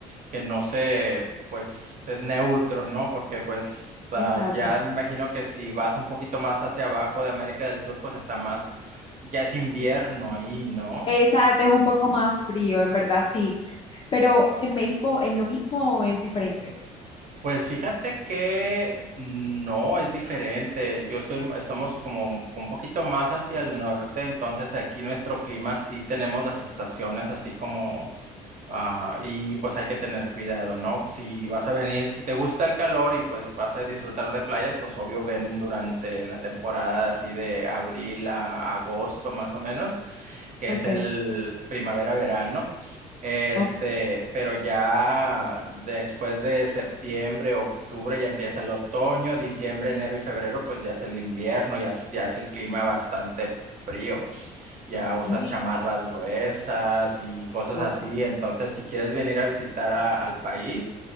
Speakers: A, on the right; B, on the left.
A: que no se, pues, es neutro, ¿no? Porque, pues, ah,
B: Exacto.
A: ya me imagino que si vas un poquito más hacia abajo de América del Sur, pues, está más, ya es invierno ahí, ¿no?
B: Exacto, es un poco más frío, en verdad, sí. Pero en México es lo mismo o es diferente.
A: Pues fíjate que no es diferente. Yo estoy, estamos como un poquito más hacia el norte, entonces aquí nuestro clima sí tenemos las estaciones así como Ah, y pues hay que tener cuidado, ¿no? Si vas a venir, si te gusta el calor y pues vas a disfrutar de playas, pues obvio ven durante la temporada así de abril a agosto más o menos, que
B: Okay,
A: es el primavera-verano. Este,
B: okay.
A: pero ya después de septiembre, octubre ya empieza el otoño, diciembre, enero y febrero, pues ya es el invierno, ya, es- ya es el clima bastante frío ya usas
B: Sí,
A: chamarras gruesas y cosas
B: wow.
A: así. Entonces, si quieres venir a visitar a- al país,